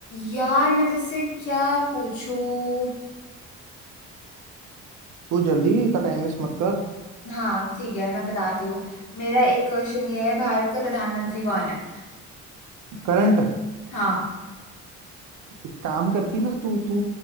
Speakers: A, on the left; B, on the right.
A: यार मैं तुझसे क्या पूछूं
B: तू जल्दी इतना टाइम वेस्ट मत कर
A: हाँ ठीक है मैं बताती हूँ मेरा एक क्वेश्चन ये है भारत का प्रधानमंत्री कौन है
B: करंट
A: हाँ
B: एक काम करती ना तू तू